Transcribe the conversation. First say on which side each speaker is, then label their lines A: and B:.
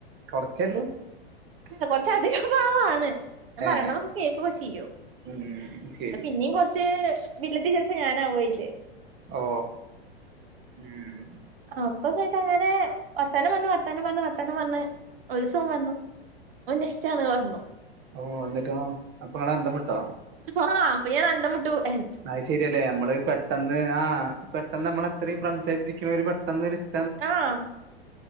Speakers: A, on the right; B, on the right.
A: കൊർച്ചേല്ലൂ
B: ഇല്ല കൊറച്ചധികം പാവാണ് ഞ പറീണതൊക്കെ
A: ഏ
B: കേക്കൊക്കെ ചെയ്യും
A: ഉം ശരി
B: പിന്നിം കൊർ ച് വില്ലത്തി ചെൽപ്പോ ഞാനാവു അയ്ല്
A: ഓ മ്മ്
B: അപ്പന്നിട്ട് അങ്ങനെ വർത്തനം പർഞ്ഞ് വർത്താനം പർഞ്ഞ് വത്തനം പർഞ്ഞ് ഒരൂസോൻ പർഞ്ഞു ഓന്നെ ഇഷ്ടാണ് പർഞ്ഞു
A: ഓ ഇന്നിട്ടോ അപ്പങ്ങളന്തം വിട്ടോ
B: ആഹ് അപ്പൊ ഞാൻ അന്ധംവിട്ടു എൻ
A: അത് ശരിയല്ലേ അമ്മള് പെട്ടെന്ന് ആഹ് പെട്ടെന്നമ്മള് അത്രിം ഫ്രണ്ട്സ് ആയിട്ട് ഇരിക്കണോര് പെട്ടെന്നൊരിസ്
B: ആഹ്